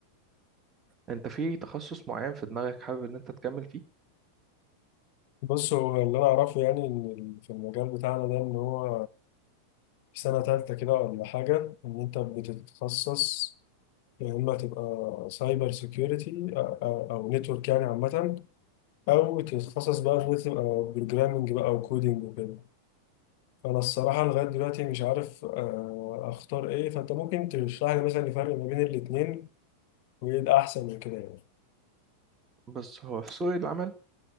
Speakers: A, on the right; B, on the left.
A: أنت في تخصص معين في دماغك حابب إن أنت تكمل فيه
B: بص هو اللي انا اعرفه يعني ان ال- في المجال بتاعنا ده ان هو في سنة تالتة كده ولا حاجة إن أنت بتتخصص يا إما تبقى سايبر سيكيورتي أو نتورك يعني عامة أو تتخصص بقى في تبقى بروجرامنج بقى أو كودينج وكده أنا الصراحة لغاية دلوقتي مش عارف آه، أختار إيه فأنت ممكن تشرح لي مثلا الفرق ما بين الاتنين وإيه الأحسن من كده يعني
A: بس هو في سوق العمل